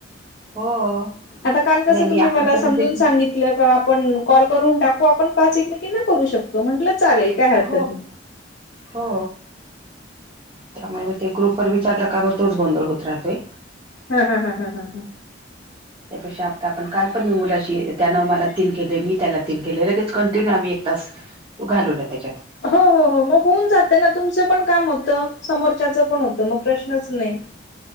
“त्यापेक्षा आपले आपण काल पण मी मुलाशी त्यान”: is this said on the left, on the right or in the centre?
Right